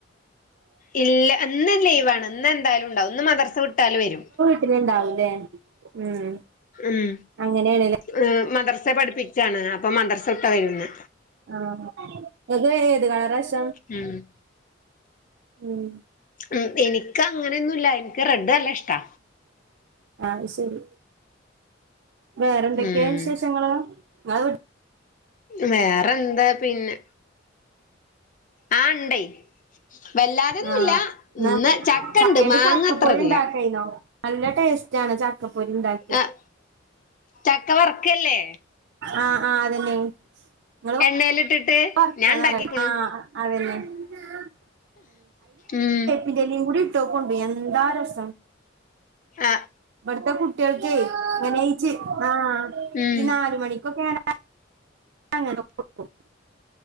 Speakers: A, on the left (about 45°); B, on the right (about 65°).
A: ഇല്ല ഇന്ന് ലീവാണ് ഇന്ന് എന്തായാലും ഇണ്ടാവും ഇന്ന് മദർസ വിട്ടാലും വരും
B: വരുണ്ടാവുല്ലേ മ്മ്
A: മ്മ്
B: അങ്ങനെയാണ് ലെ
A: ഏഹ് മദ്രസെ പഠിപ്പിച്ചാണ് അപ്പൊ മദർസ വിട്ടാ വരുന്നെ
B: ആഹ് ഇങ്ങൾക്ക് ഏത് കളറാ ഇഷ്‌ടം
A: മ്മ്
B: ഉം
A: മ്മ് എനിക്ക് അങ്ങനെയൊന്നുല്ല എനിക്ക് റെഡ് നല്ല ഇഷ്ടാ
B: ആഹ് ശരി വേറെന്തൊക്കെയാ
A: ഉം
B: വിശേഷങ്ങള് ഇങ്ങള്
A: വേറെന്താ പിന്നെ ആഹ് ഇണ്ടയ് വല്ലാതെന്നുല്ല
B: ആഹ് ന്നാ
A: ഇന്ന് ചക്കണ്ട്
B: ചക്കേണ്ട്
A: മാങ്ങ
B: ചക്കപ്പൊരി
A: അത്ര
B: ഉണ്ടാക്കായിന്നോ
A: ഇല്ല
B: നല്ല ടേസ്റ്റ് ആണ് ചക്കപ്പൊരി ഇണ്ടാക്കി
A: ആഹ് ചക്ക വറുക്കയല്ലേ
B: ആഹ് ആഹ് അതെന്നെ <unintelligible>
A: എണ്ണേലിട്ടിട്ട്
B: ആഹ്
A: ഞാൻ ഇണ്ടാക്കിക്ക്ണു
B: അതന്നെ അതില് <unintelligible>
A: ഉം
B: ൻ്റെലയും കൂടി ഇട്ടോക്കേണ്ടി എന്താ രസം
A: ആഹ്
B: ഇബട്ത്തെ കുട്വൾക്കെ അങ്ങനയിച്ച് ആഹ്
A: ഉം
B: ഈ നാല് മണിക്കൊക്കെ ആഹ് അങ്ങനെ കൊടുക്കും